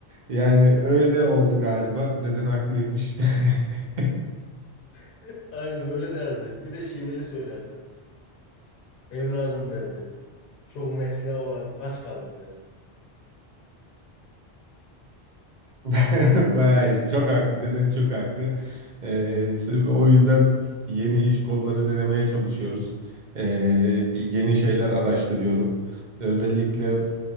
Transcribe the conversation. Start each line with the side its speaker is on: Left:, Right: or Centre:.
Right: Yani öyle oldu galiba. Deden haklıymış. <laughs>
Left: <laughs> aynen öyle derdi. Bir de şiveli söylerdi. Evladım derdi. Çok mesleği olan aç kalır derdi.
Right: <laughs> Bayağı iyi. Çok haklı. Deden çok haklı. Ee, sırf o yüzden yeni iş kolları denemeye çalışıyoruz. Ee, yeni şeyler araştırıyorum. Özellikle